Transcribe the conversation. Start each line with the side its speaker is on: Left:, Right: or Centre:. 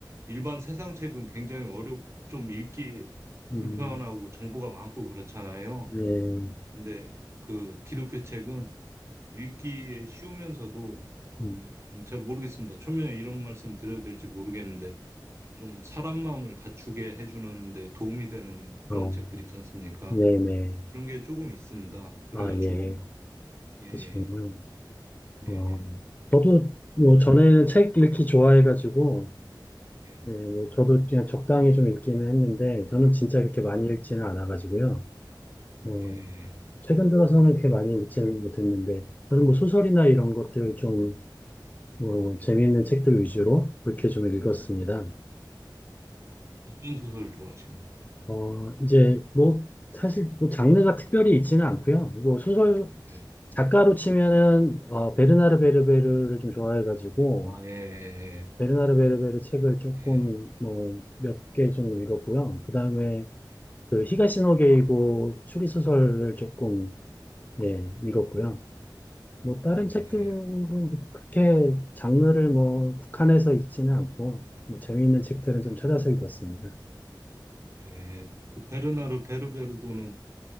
Right: 일반 세상 책은 굉장히 어렵 좀 읽기
Left: 음,
Right: 불편하고 정보가 많고 그렇잖아요.
Left: 네,
Right: 근데 그 기독교 책은 읽기에 쉬우면서도 좀
Left: 음,
Right: 음, 제가 모르겠습니다. 초면에 이런 말씀 드려도 될지 모르겠는데 좀 사람 마음을 갖추게 해주는 데 도움이 되는 그런
Left: 어,
Right: 책들 있지 않습니까?
Left: 네네,
Right: 그런 게 조금 있습니다. 그래가지고
Left: 아, 예,
Right: 예, 예.
Left: 그러시군요.
Right: 네,
Left: 어,
Right: 네,
Left: 저도 뭐 전에는 책 읽기 좋아해가지고,
Right: 예,
Left: 예, 뭐 저도 그냥 적당히 좀 읽기는 했는데, 저는 진짜 그렇게 많이
Right: 네,
Left: 읽지는 않아가지고요. 어,
Right: 예.
Left: 최근 들어서는 그렇게 많이 읽지는 못했는데, 저는 뭐 소설이나 이런 것들 좀 뭐
Right: 어,
Left: 재미있는 책들 위주로 그렇게 좀 읽었습니다.
Right: 예. 어떤 소설 좋아하십니까?
Left: 어, 이제 뭐 사실 뭐 장르가 특별히 있지는 않고요. 뭐 소설
Right: 예.
Left: 작가로 치면은 어, 베르나르 베르베르를 좀 좋아해가지고
Right: 아, 예, 예,
Left: 베르나르 베르베르 책을 조금
Right: 예,
Left: 뭐 몇 개 좀 읽었고요. 그다음에
Right: 예,
Left: 그 히가시노게이고 추리소설을 조금 예, 읽었고요. 뭐 다른
Right: 어,
Left: 책들은
Right: 예,
Left: 그렇게 장르를 뭐 국한해서 읽지는 않고 뭐 재미있는 책들은
Right: 예,
Left: 좀 찾아서 읽었습니다.
Right: 예. 그 베르나르 베르베르도는